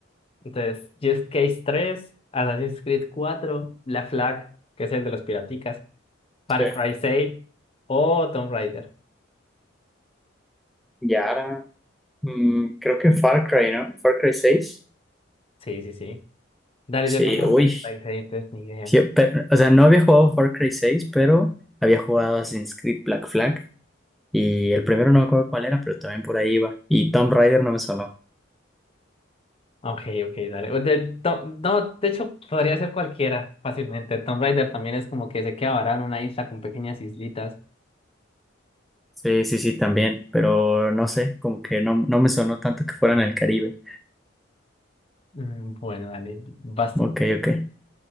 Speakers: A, on the left; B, in the centre.
A: Entonces, Just Case tres Assassin's Creed cuatro Black Flag, que es el de los piraticas, Far
B: Sí.
A: Cry 6 o Tomb Raider.
B: Y ahora, mm, creo que Far Cry, ¿no? Far Cry seis.
A: Sí, sí, sí. Dale,
B: Sí,
A: yo no juego
B: uy.
A: Far Cry 6, entonces ni idea.
B: Sí, pero- o sea, no había jugado Far Cry seis, pero había jugado Assassin's Creed Black Flag. Y el primero no me acuerdo cuál era, pero también por ahí iba. Y Tomb Raider no me sonó.
A: Ok, ok, dale. O de- to- no, de hecho, podría ser cualquiera fácilmente. Tomb Raider también es como que se queda varado en una isla con pequeñas islitas.
B: Sí, sí, sí, también. Pero no sé, como que no, no me sonó tanto que fuera en el Caribe.
A: Mm, Bueno, dale, basto.
B: Ok, ok.